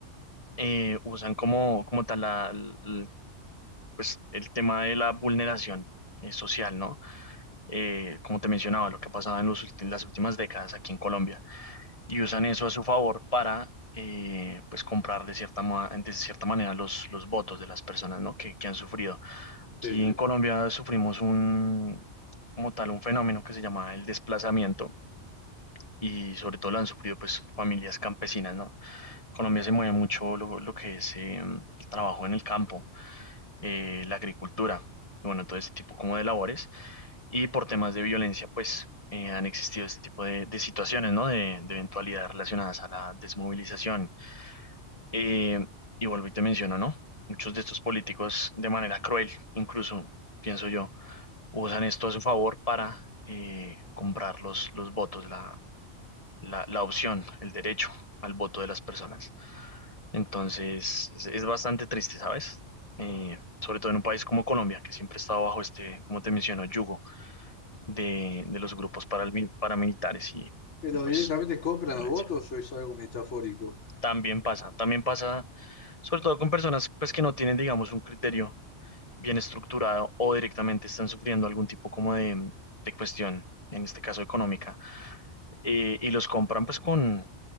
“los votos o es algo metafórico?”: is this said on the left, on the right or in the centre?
Left